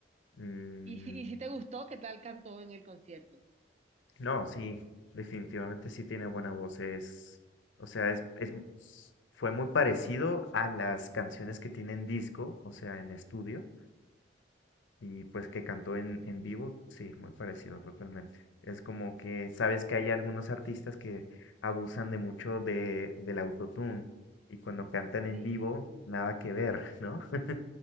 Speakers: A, on the left; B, on the right.
A: Mm,
B: Y <laughs> si, y si te gustó, ¿qué tal cantó en el concierto?
A: no, sí, definitivamente sí tiene buena voz, es, o sea, es, es, m- s- fue muy parecido a las canciones que tienen disco, o sea, en estudio Y pues que cantó en, en vivo, sí, muy parecido totalmente. Es como que sabes que hay algunos artistas que abusan de mucho de, del autotune y cuando cantan en
B: Sí,
A: vivo, nada que ver, ¿no? <laughs>